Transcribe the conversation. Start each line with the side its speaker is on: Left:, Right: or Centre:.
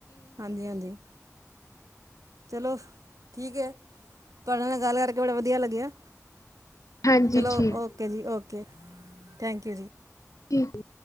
Right: ਹਾਂਜੀ-ਹਾਂਜੀ। ਚਲੋ, ਠੀਕ ਏ। ਤੁਆਡੇ ਨਾਲ ਗੱਲ ਕਰਕੇ ਬੜਾ ਵਧੀਆ ਲੱਗਿਆ।
Left: ਹਾਂਜੀ
Right: ਚਲੋ
Left: ਠੀਕ
Right: ਓਕੇ ਜੀ, ਓਕੇ। ਥੈਂਕ ਯੂ ਜੀ।
Left: ਕੀ ਹੂੰ?